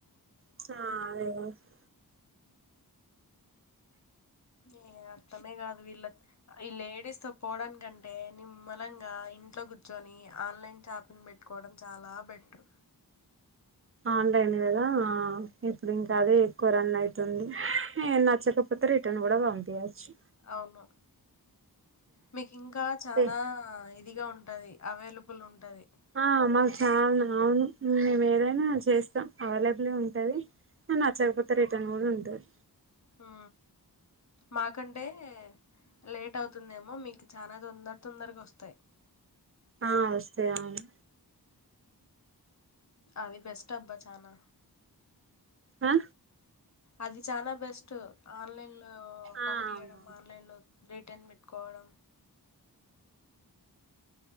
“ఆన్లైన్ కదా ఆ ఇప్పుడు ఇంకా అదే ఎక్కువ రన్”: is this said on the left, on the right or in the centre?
Right